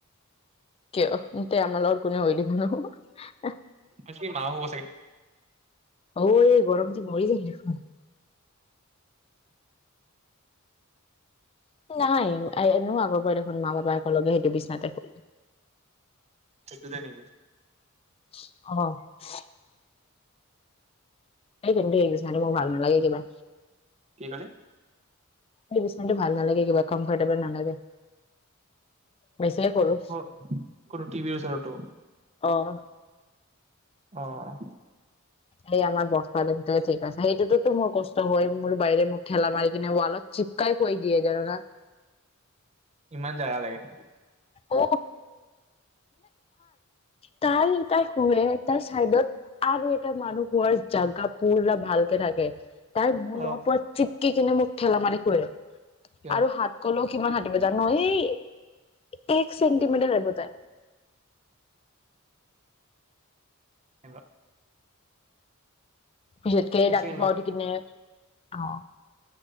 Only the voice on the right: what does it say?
আজি কি মাও শুৱ চাগে
সেইটোটে নেকি?
মানে
অ কোনো টিভিৰ ওচৰতো
অৱ
ইমান জাগা লাগে নেকি।
অ
কিয়?
হ
এক
ছেকেণ্ড ৰ